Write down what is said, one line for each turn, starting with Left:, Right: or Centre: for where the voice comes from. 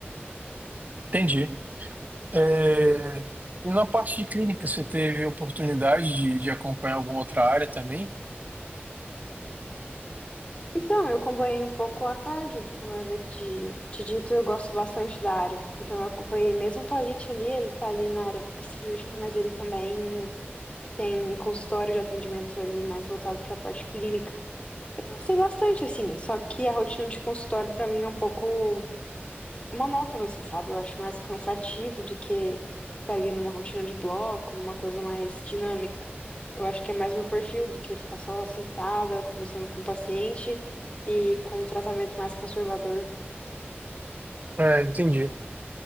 Right: Entendi. É, E na parte de clínica, você teve oportunidade de, de acompanhar alguma outra área também?
Left: Então, eu acompanhei um pouco a cardio, como eu havia te, te dito, eu gosto bastante da área. Então, eu acompanhei mesmo o Paulite ali, ele tá ali na área cirúrgica, mas ele também tem consultório de atendimento ali mais voltado para a parte clínica. Eu gostei bastante, assim, só que a rotina de consultório pra mim é um pouco monótona, assim, sabe? Eu acho mais cansativo do que estar ali numa rotina de bloco, numa coisa mais dinâmica. Eu acho que é mais meu perfil do que ficar só sentada, conversando com o paciente e com um tratamento mais conservador.
Right: É, entendi.